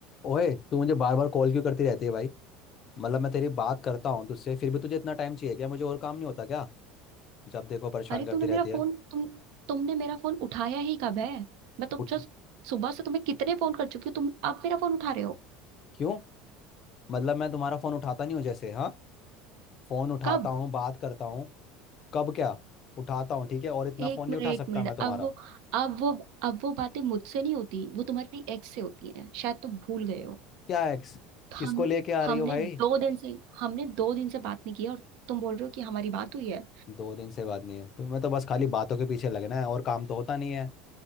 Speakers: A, on the left (about 45°); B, on the right (about 70°).
A: ओए तू मुझे बार बार कॉल क्यों करती रहती है भाई मतलब मैं तेरी बात करता हूँ तुझसे फिर भी तुझे इतना टाइम चाहिए क्या मुझे और काम नहीं होता क्या जब देखो परेशान
B: अरे
A: करती
B: तूने मेरा
A: रहती है
B: फोन तुम तुमने मेरा फोन उठाया ही कब है मैं तुम
A: उठ
B: जस्ट सुबह से तुम्हें कितने फोन कर चुकी हूँ तुम अब मेरा फोन उठा रहे हो
A: क्यों मतलब मैं तुम्हारा फोन उठाता नहीं हूँ जैसे हाँ फोन उठाता
B: कब
A: हूँ बात करता हूँ कब क्या उठाता हूँ ठीक है और इतना
B: एक
A: फोन नहीं
B: मिनट
A: उठा
B: एक
A: सकता
B: मिनट
A: मैं तुम्हारा
B: अब वो अब वो अब वो बातें मुझसे नहीं होती वो तुम्हारी एक्स से होती हैं शायद तुम भूल गए हो
A: क्या एक्स किसको
B: हम
A: लेके आ
B: हमने
A: रही हो भाई
B: दो दिन से हमने दो दिन से बात नहीं की है और तुम बोल रहे हो कि हमारी बात हुई है
A: दो दिन से बात नहीं है तुम्हें तो बस खाली बातों के पीछे लगना है और काम तो होता नहीं है